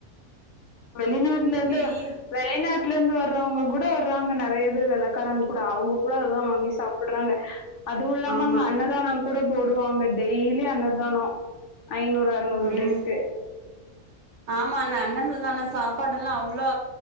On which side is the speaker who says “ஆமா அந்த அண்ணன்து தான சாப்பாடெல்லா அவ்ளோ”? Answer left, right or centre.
Right